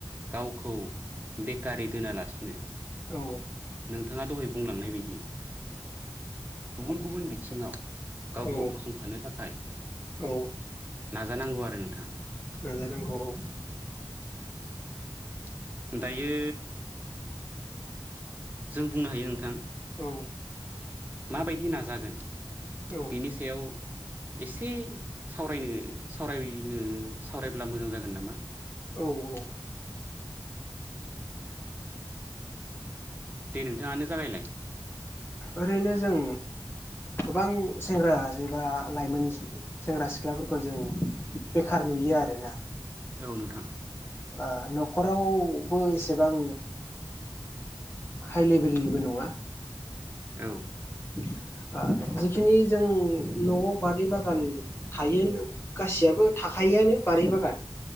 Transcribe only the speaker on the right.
गावखौ बेकारि दोनालासिनो
नोंथांङा दहाय बुंलांनाय बायदि गुबुन गुबुन बिथिङाव गावखौ
फसंथानो था खाय
नाजानांगौ आरो नोंथां
<inaudible> दायो जों बुंनो हायो नोंथां
माबायदि नाजागोन
बिनि सायाव एसे सावरायनो सावरायनो सावरायब्ला मोजां जागोन नामा?
दे नोंथाङानो जागायलाय।
औ नोंथां।
औ।